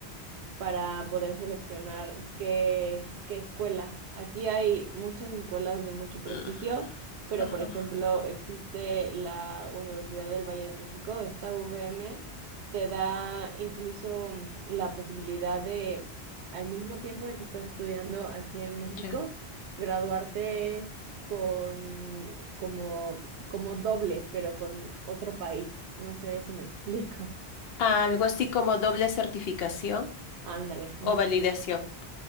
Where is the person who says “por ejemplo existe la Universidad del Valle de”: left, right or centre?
Right